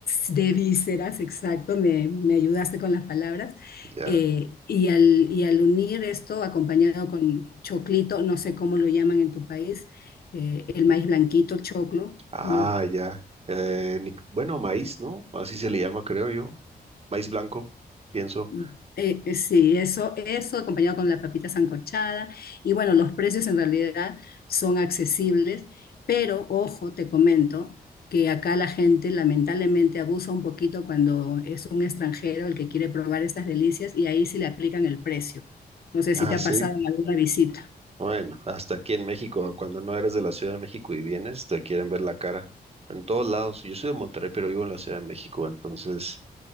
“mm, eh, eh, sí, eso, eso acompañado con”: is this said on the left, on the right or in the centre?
Left